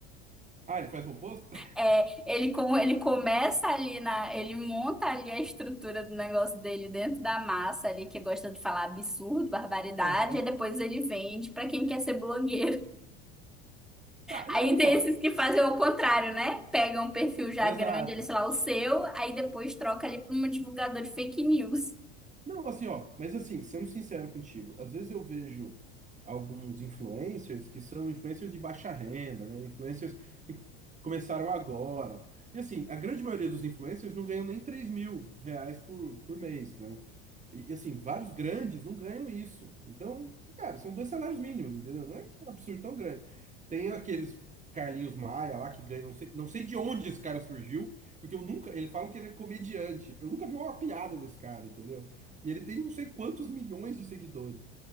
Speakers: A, on the right; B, in the centre.
A: Ah, ele faz o oposto? <laughs>
B: É, ele, com, ele começa ali na, ele monta ali a estrutura do negócio dele dentro da massa ali, que gosta de falar absurdo, barbaridade,
A: Aham.
B: e depois ele vende pra quem quer ser blogueiro.
A: Tá,
B: Aí
A: não, então.
B: tem esses que fazem o contrário, né? Pegam um perfil já
A: Exato.
B: grande, ele, sei lá, o seu, aí depois troca ali para um divulgador de fake news.
A: Não, assim, ó, mas assim, sendo sincero contigo, às vezes eu vejo alguns influencers que são influencers de baixa renda, né? Influencers que começaram agora. E assim, a grande maioria dos influencers não ganham nem três mil reais por, por mês, né? E e, assim, vários grandes não ganham isso. Então, cara, são dois salários mínimos, entendeu? Não é um absurdo tão grande. Tem aqueles Carlinhos Maia lá que ganha, não sei, não sei de onde esse cara surgiu, porque eu nunca, ele fala que ele é comediante. Eu nunca vi uma piada desse cara, entendeu? E ele tem não sei quantos milhões de seguidores.